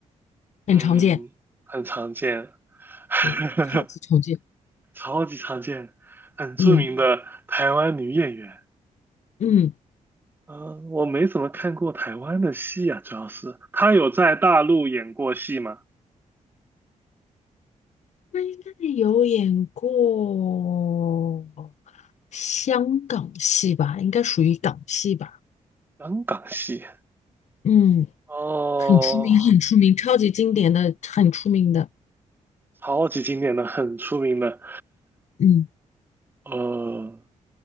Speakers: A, on the left; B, on the right.
A: 很常见。
B: 嗯，很常见，<laughs>
A: 对，超级常见。
B: 超级常见，很著名的台湾女演员。
A: 嗯嗯，
B: 嗯、我没怎么看过台湾的戏啊，主要是她有在大陆演过戏吗？
A: 那应该有演过香港戏吧？应该属于港戏吧？
B: 香港戏。
A: 嗯，
B: 哦，
A: 很出名，很出名，超级经典的，很出名的。
B: 超级经典的、很出名的，
A: 嗯，
B: 呃，